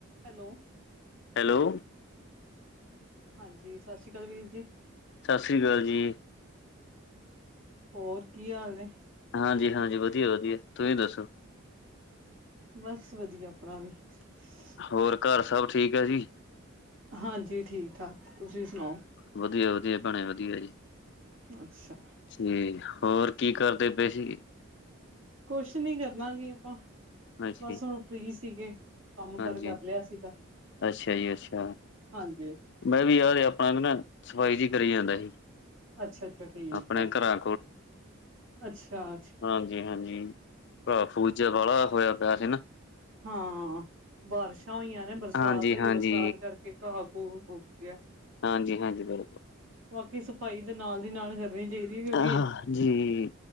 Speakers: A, on the right; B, on the left.
A: Hello
B: hello
A: ਹਾਂਜੀ, ਸਤਿ ਸ੍ਰੀ ਅਕਾਲ ਵੀਰ ਜੀ
B: ਸਤਿ ਸ੍ਰੀ ਅਕਾਲ ਜੀ
A: ਹੋਰ ਕੀ ਹਾਲ ਨੇ?
B: ਹਾਂਜੀ -ਹਾਂਜੀ, ਵਧੀਆ -ਵਧੀਆ ਤੁਸੀਂ ਦੱਸੋ?
A: ਬਸ, ਵਧੀਆ ਆਪਣਾ ਵੀ -
B: ਹੋਰ, ਘਰ ਸਭ ਠੀਕ ਆ ਜੀ?
A: ਹਾਂਜੀ ਠੀਕ - ਠਾਕ ਤੁਸੀਂ ਸੁਣਾਓ -
B: ਵਧੀਆ - ਵਧੀਆ ਭੈਣੇ ਵਧੀਆ ਜੀ -
A: ਅੱਛਾ
B: ਜੀ, ਹੋਰ ਕੀ ਕਰਦੇ ਪਏ ਸੀਗੇ?
A: ਕੁਛ ਨਹੀਂ ਕਰਨਾ ਕੀ ਆਪਾਂ
B: ਅੱਛਾ
A: ਬਸ ਹੁਣ ਫ੍ਰੀ ਸੀਗੇ- ਕੰਮ
B: ਹਾਂਜੀ,
A: ਕਾਰ ਕਰ ਲਿਆ ਸੀਗਾ,
B: ਅੱਛਾ ਜੀ ਅੱਛਾ।
A: ਹਾਂਜੀ-
B: ਮੈਂ ਵੀ ਯਾਰ ਆਪਣਾ ਨਾ, ਸਫ਼ਾਈ ਜਿਹੀ ਕਰੀ ਜਾਂਦਾ ਸੀ-
A: ਅੱਛਾ- ਅੱਛਾ ਠੀਕ
B: ਆਪਣੇ
A: ਆ,
B: ਘਰਾਂ
A: ਅੱਛਾ ਅ
B: ਹਾਂਜੀ -ਹਾਂਜੀ ਘਾਹ ਫੂਸ ਜਿਆ ਬਾਲਾ ਹੋਇਆ ਪਿਆ ਸੀ ਨਾ -
A: ਹਾਂ, ਬਾਰਿਸ਼ਾਂ ਹੋਈਆਂ ਨੇ ਬਰਸਾਤ
B: ਹਾਂਜੀ-ਹਾਂਜੀ।
A: ਹੋਈ ਹੈ ਬਰਸਾਤ ਕਰਕੇ ਘਾਹ ਘੂ ਉਗ ਪਿਆ -
B: ਹਾਂਜੀ -ਹਾਂਜੀ, ਬਿਲਕੁਲ -
A: ਬਾਕੀ ਸਫਾਈ ਤਾਂ ਨਾਲ ਦੀ ਨਾਲ ਕਰਨੀ ਚਾਹੀਦੀ ਹੈ ਕਿਉਂਕਿ
B: ਹਾਂਜੀ। ਬਿਲਕੁਲ। ਹਾਂ ਜੀ,